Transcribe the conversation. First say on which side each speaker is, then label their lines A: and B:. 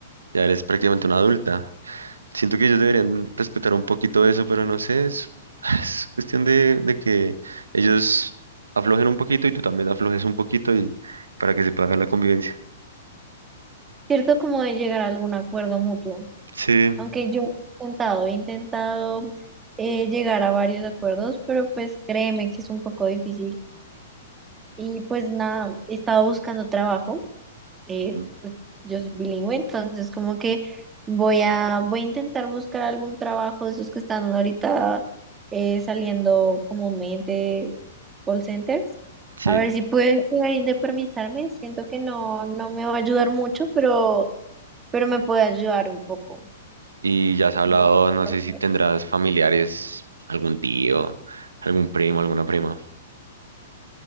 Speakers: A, on the right; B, on the right.
A: ya eres prácticamente una adulta. Siento que ellos deberían respetar un poquito eso, pero no sé, es, <sighs> es cuestión de, de que ellos aflojen un poquito y tú también aflojes un poquito y para que se pueda dar la convivencia.
B: Cierto como de llegar a algún acuerdo mutuo,
A: Sí.
B: aunque yo he intentado, he intentado eh, llegar a varios acuerdos, pero pues créeme que es un poco difícil. Y pues nada, he estado buscando trabajo, eh,
A: Mm,
B: pues, yo soy bilingüe, entonces como que voy a, voy a intentar buscar algún trabajo de esos que están ahorita eh, saliendo comúnmente call centers.
A: Sí.
B: A ver si puedo llegar a independizarme, siento que no, no me va a ayudar mucho, pero pero me puede ayudar un poco.
A: Y ya has hablado,
B: No,
A: no
B: no.
A: sé si tendrás familiares, algún tío, algún primo, alguna prima.